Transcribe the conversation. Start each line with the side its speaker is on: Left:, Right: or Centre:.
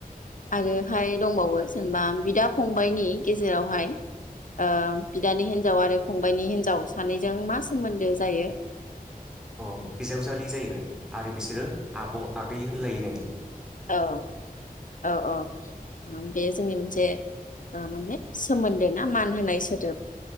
Left: आरो हाय दंबावो जेनेबा बिदा फंबाइनि गेजेरावहाय ओ बिदानि हिनजाव आरो फंबायनि हिनजाव सानैजों मा सोमोन्दो जायो?
Centre: अ बिजावजालि जायो आरो बिसोरो आब' आगै होनलायोनो
Left: औ औ औ बे जोंनि मोन से माने सोमोन्दो ना मान होनाय सोदोब